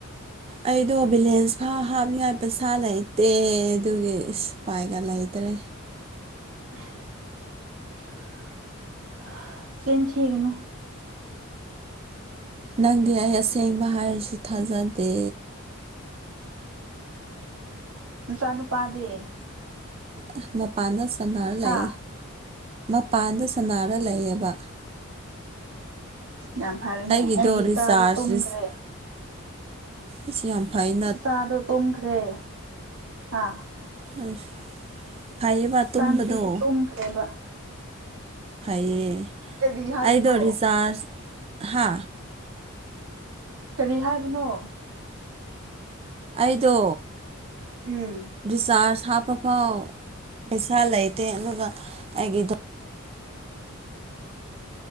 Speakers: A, on the right (about 30°); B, on the right (about 80°).
A: ꯑꯩꯗꯣ ꯕꯦꯂꯦꯟꯁ ꯐꯥꯎ ꯍꯥꯞꯅꯤꯡꯉꯥꯏ ꯄꯩꯁꯥ ꯂꯩꯇꯦ ꯑꯗꯨꯒꯤ ꯏꯁ ꯄꯥꯏꯒ ꯂꯩꯇ꯭ꯔꯦ
B: <unintelligible> ꯆꯤꯟ ꯊꯤꯒꯅꯨ
A: ꯅꯪꯗꯤ ꯑꯩ ꯑꯁꯦꯡꯕ ꯍꯥꯏꯔꯁꯨ ꯊꯥꯖꯗꯦ
B: ꯅꯨꯆꯥ ꯅꯨꯨꯄꯥꯗꯤ
A: ꯑ ꯃꯄꯥꯟꯗ ꯁꯥꯅꯔ
B: ꯍꯥ
A: ꯂꯩ ꯃꯄꯥꯟꯗ ꯁꯥꯅꯔ ꯂꯩꯌꯦꯕ
B: ꯌꯥꯝ ꯐꯔꯦꯅꯦ
A: ꯑꯩꯒꯤꯗꯣ
B: ꯑꯩꯒꯤ ꯏꯆꯥꯗꯤ
A: ꯔꯤꯆꯥꯔꯖ
B: ꯇꯨꯝꯈ꯭ꯔꯦ
A: ꯔꯤꯁ ꯏꯁ ꯌꯥꯝ ꯐꯩ
B: ꯏꯆꯥꯗꯣ ꯇꯨꯝꯈ꯭ꯔꯦ ꯍꯥ
A: ꯑꯁ ꯐꯩꯌꯦꯕ
B: ꯏꯆꯥ
A: ꯇꯨꯝꯕꯗꯣ
B: ꯅꯨꯨꯄꯤꯗꯤ ꯇꯨꯝꯈ꯭ꯔꯦꯕ
A: ꯐꯩꯌꯦ
B: ꯀꯔꯤ ꯍꯥꯏꯕꯅꯣ
A: ꯑꯩꯗꯣ ꯔꯤꯆꯥꯔꯖ ꯍꯥ
B: ꯀꯔꯤ ꯍꯥꯏꯕꯅꯣ
A: ꯑꯩꯗꯣ
B: ꯎꯝ
A: ꯔꯤꯆꯥꯔꯖ ꯍꯥꯞꯄꯐꯥꯎ ꯄꯩꯁꯥ ꯂꯩꯇꯦ ꯑꯗꯨꯒ ꯑꯩꯒꯤꯗꯣ